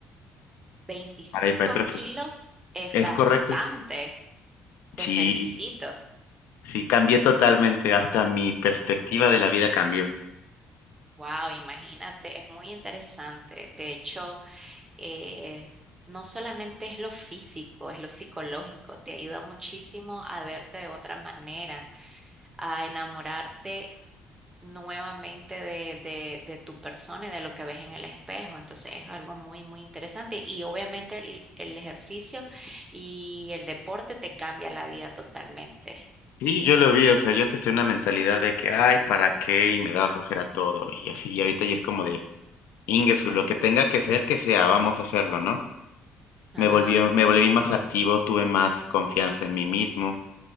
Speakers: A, on the right; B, on the left.
A: veinticinco
B: Para hipertrofia.
A: kilos es
B: Es
A: bastante.
B: correcto.
A: Te
B: Sí,
A: felicito.
B: sí, cambié totalmente. Hasta mi perspectiva de la vida cambió.
A: Wow, imagínate, es muy interesante. De hecho, eh, no solamente es lo físico, es lo psicológico. Te ayuda muchísimo a verte de otra manera a enamorarte nuevamente de, de, de tu persona y de lo que ves en el espejo. Entonces es algo muy, muy interesante. Y obviamente el, el ejercicio y el deporte te cambia la vida totalmente.
B: Sí, yo lo vi. O sea, yo antes tenía una mentalidad de que, ay, ¿para qué? Y me daba flojera todo. Y así, y ahorita ya es como de, Ingesu, lo que tenga que ser, que sea, vamos a hacerlo, ¿no?
A: Ah,
B: Me volví, me volví más activo, tuve más confianza en mí mismo.